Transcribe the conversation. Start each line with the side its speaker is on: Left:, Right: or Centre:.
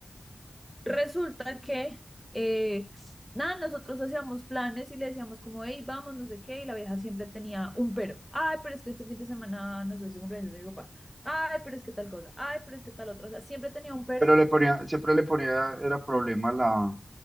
Centre: Resulta que, eh, nada, nosotros hacíamos planes y le decíamos como, hey, vamos, no sé qué, y la vieja siempre tenía un pero, ay, pero es que este fin de semana, no sé, es el cumpleaños de mi papá, ay, pero es que tal cosa, ay, pero es que tal otra, o sea, siempre tenía un pero
Right: Pero le ponía, siempre le ponía, era problema la,